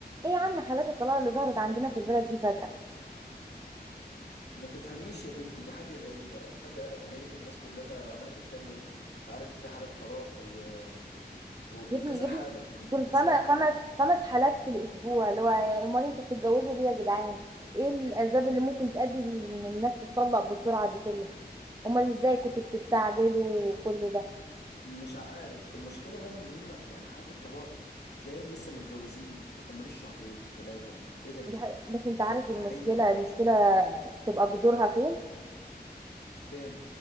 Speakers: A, on the right; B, on the left.
A: ايه يا عم حالات الطلاق اللي ظهرت عندنا في البلد دي فجأة
B: ما تفهميش يا بنتي دي حاجة غريبة فجأة قاللك الناس كلها عمالة تتكلم مش عارف في حالات طلاق و... و...
A: يا ابني
B: وكذا
A: يا
B: حالة
A: ابني
B: يعني
A: دول
B: الناس
A: خم-
B: عمالة تنتشر
A: خمس خمس حالات في الاسبوع اللي هو امال انتوا بتتجوزوا ليه يا جدعان ايه الاسباب اللي ممكن تؤدي ان الناس تتطلق بالسرعة دي كلها امال ازاي كنتوا بتستعجلوا كل ده
B: مش عارف المشكلة بقى إن هم يعني حالات الطلاق تلاقيهم لسه متجوزين ما كملوش شهرين ثلاثة إيه ده؟
A: دي حقيقة. بس انت عارف المشكلة
B: ده حقيقي؟
A: المشكلة بتبقى جذورها فين
B: فين؟